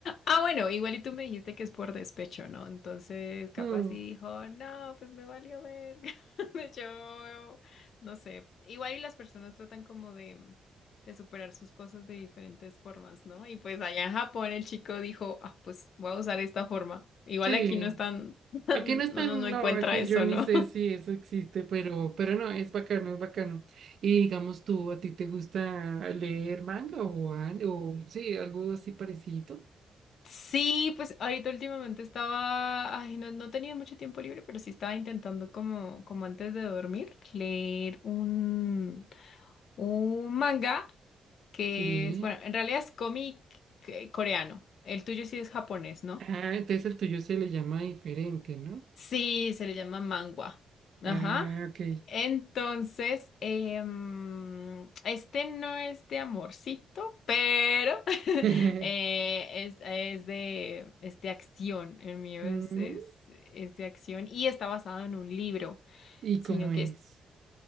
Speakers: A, on the left; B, on the right.
A: Ah, bueno, igual y tú me dijiste que es por despecho, ¿no? Entonces, capaz
B: Mm,
A: sí dijo, no, pues me valió ver. <laughs> Yo, no sé. Igual y las personas tratan como de, de superar sus cosas de diferentes formas, ¿no? Y pues allá en Japón el chico dijo, ah, pues voy a usar esta forma. Igual
B: sí,
A: aquí no están, <laughs> no,
B: aquí no están,
A: no, no encuentra
B: no, aquí
A: eso,
B: yo ni
A: ¿no?
B: sé si eso existe, pero, pero no, es bacano, es bacano. Y digamos tú, ¿a ti te gusta leer manga o, an- o sí, algo así parecido?
A: Sí, pues ahorita últimamente estaba, ay, no, no tenía mucho tiempo libre, pero sí estaba intentando como, como antes de dormir, leer un, un manga que
B: Sí.
A: es, bueno, en realidad es cómic eh, coreano. El tuyo sí es japonés, ¿no?
B: Ah, entonces el tuyo se le llama diferente, ¿no?
A: Sí, se le llama mangua. Ajá.
B: Ah, ok.
A: Entonces, em, este no es de amorcito, pero <laughs>
B: <laughs>
A: eh, es, es de, es de acción. El mío
B: Mm,
A: es, es, es de acción y está basado en un libro,
B: ¿Y
A: sino
B: cómo
A: que
B: es?
A: es